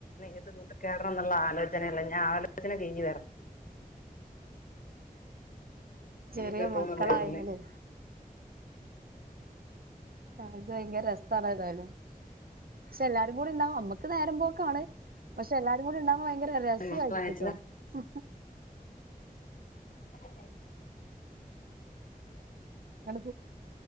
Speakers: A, on the left (about 60°); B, on the right (about 75°).
A: ഇത് കൂട്ട് കേയറണംന്നുള്ള ആലോചനയല്ല ഞാൻ ആലോചന കഴഞ്ഞ്ഞഞ്
B: ചെറിയ
A: ഇനിയിപ്പോ എപ്പോഴും
B: മക്കളായല്
A: വരില്ലേ
B: അത് ഭയങ്കര രസണ ഏതായാലും പക്ഷെ എല്ലാരും കൂടി ഉണ്ടാവും നമുക്ക് നേരം പോൊക്ക ആാണ് പക്ഷെ എല്ലാരും കൂടി ഉണ്ടാവുമ്പോ ഭയങ്കര രസമായിരിക്കും
A: മക്കളാണെച്ചാ
B: കേട്ടോ ആ
A: ആഹ
B: ആ